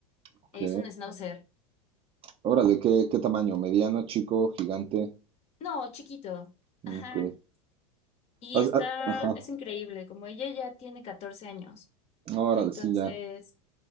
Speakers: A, on the right; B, on the left.
A: Ok.
B: es un schnauzer,
A: Órale, ¿qué, qué tamaño? ¿Mediano, chico, gigante?
B: no, chiquito,
A: Ok.
B: ajá, y
A: Has-
B: está,
A: ha- Ajá.
B: es increíble, como ella ya tiene 14 años,
A: Órale,
B: entonces...
A: sí, ya.